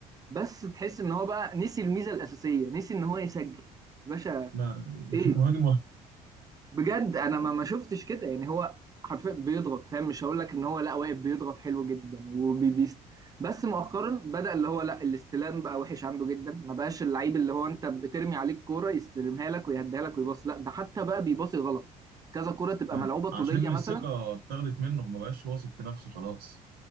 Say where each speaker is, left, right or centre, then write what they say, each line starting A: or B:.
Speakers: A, on the right; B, on the right.
A: بس تحس ان هو بقى نسي الميزه الاساسيه نسي ان هو يسجل يا باشا
B: ما
A: ايه
B: <laughs> مهاجم واحد
A: بجد انا ما ما شفتش كده يعني هو حرفيا بيضغط فاهم مش هقول لك ان هو لا واقف بيضغط حلو جدا وبيبيست بس مؤخرا بدأ اللي هو لا الاستلام بقى وحش عنده جدا ما بقاش اللعيب اللي هو انت بترمي عليك كوره يستلمها لك ويهديها لك ويباص لا ده حتى بقى بيباصي غلط كذا كوره تبقى
B: ما
A: ملعوبه طوليه
B: عشان الثقه
A: مثلا
B: اتاخدت منه ما بقاش واثق في نفسه خلاص